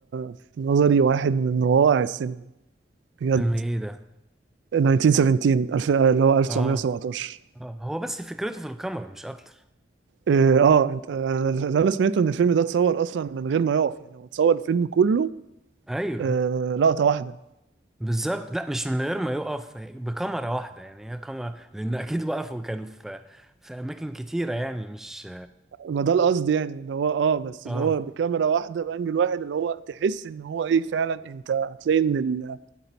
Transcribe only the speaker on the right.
في نظري واحد من روائع السينما بجد
1917 ألف- اللي هو 1917
إيه، اه آه، انت انا اللي انا سمعته ان الفيلم ده اتصور اصلا من غير ما يقف يعني هو اتصور الفيلم كله
آه لقطة واحدة
ما ده القصد يعني اللي هو اه بس
اللي هو بكاميرا واحدة بانجل واحد اللي هو تحس ان هو ايه فعلا انت هتلاقي ان ال-